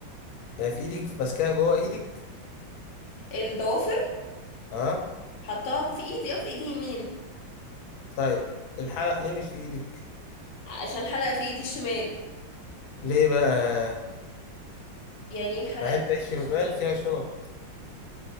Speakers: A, on the left; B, on the left.
A: يعني في ايدك ماسكاها جوه ايدك؟
B: الضوافر
A: اه
B: حطها في إيدي اه في إيدي يمين
A: طيب الحلق ليه مش في ايدك؟
B: عشان الحلقة في إيدي الشمال
A: ليه بقى؟
B: يعني إيه الحلقة
A: مع
B: اللي
A: ان
B: في إيدي
A: الشمال
B: الشمال
A: فيها شنط